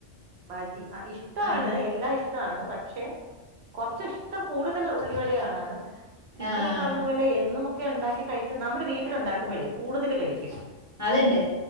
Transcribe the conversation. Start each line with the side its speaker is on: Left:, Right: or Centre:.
Right: ബജി ആഹ് ഇഷ്ടാണ്
Left: ആഹ്
Right: എല്ലാം ഇഷ് ഷ്ടാണ് പക്ഷെ കൊറച്ച് ഇഷ്ടം കൂടുതൽ ഉള്ളിവടയൊടെയാണ് പിന്നെ
Left: ആഹ്
Right: ഈ പറഞ്ഞ പോലെ എന്നുമൊക്കെ ഉണ്ടാക്കി കഴിച്ച നമ്മള് വീട്ടിലുണ്ടാക്കുമ്പോഴേ കൂടുതൽ കഴിക്കും
Left: അതുണ്ട്